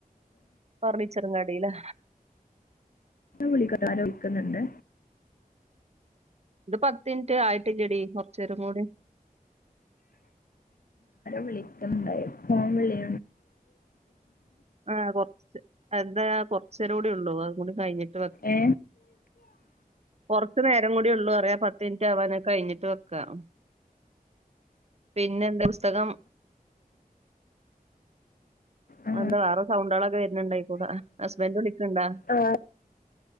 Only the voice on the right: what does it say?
ഫർണിച്ചറ് കടേലാ
ഇത് പത്ത് മിനിറ്റ് ആയിട്ടില്ലെടി കുറച്ചര കൂടെ
ആ കുറച്ച് എന്താ കുറച്ചര കടി ഉള്ളൂ അത കൂടി കഴിഞ്ഞിട്ട്
കൊറച്ചു നേരം കൂടി ഉള്ളൂ അറിയ പത്ത് മിനിറ്റ് ആവാാനെ കഴിഞ്ഞിട്ട് വെക്കാം പിന്നെ എന്താ പുസ്തകം
എന്താ വേറെ സൗണ്ട ആളൊക്കെ വരുന്നുണ്ടായി കൂട ഹസ്ബൻഡ വിളിക്കണ്ടാ